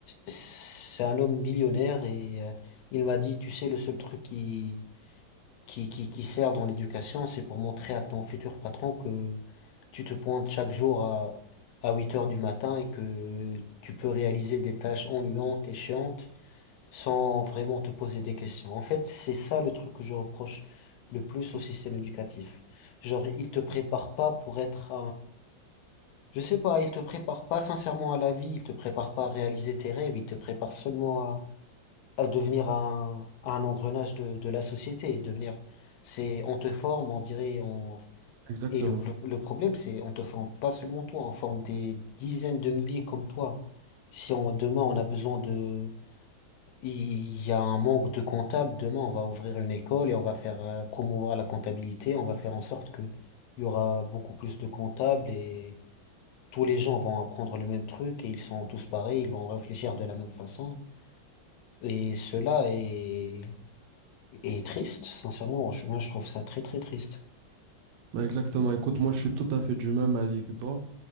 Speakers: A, on the left; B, on the right.
A: c'est un homme millionnaire et euh, il m'a dit, tu sais, le seul truc qui, qui, qui, qui sert dans l'éducation, c'est pour montrer à ton futur patron que tu te pointes chaque jour à, à 8 heures du matin et que tu peux réaliser des tâches ennuyantes et chiantes sans vraiment te poser des questions. En fait, c'est ça le truc que je reproche le plus au système éducatif. Genre, il te prépare pas pour être je sais pas, il te prépare pas sincèrement à la vie, il te prépare pas à réaliser tes rêves, il te prépare seulement à, à devenir un, un engrenage de, de la société, et devenir, c'est, on te forme, on dirait, on,
B: Exactement.
A: et le, pro- le problème, c'est, on te forme pas seulement toi, on forme des dizaines de milliers comme toi. Si on, demain, on a besoin de, il y a un manque de comptables, demain, on va ouvrir une école et on va faire euh, promouvoir la comptabilité, on va faire en sorte que il y aura beaucoup plus de comptables et tous les gens vont apprendre le même truc et ils sont tous pareils, ils vont réfléchir de la même façon. Et cela est, est triste, sincèrement. Je- Moi, je trouve ça très, très triste.
B: Ouais, Exactement. Écoute, moi, je suis tout à fait du même avis que toi.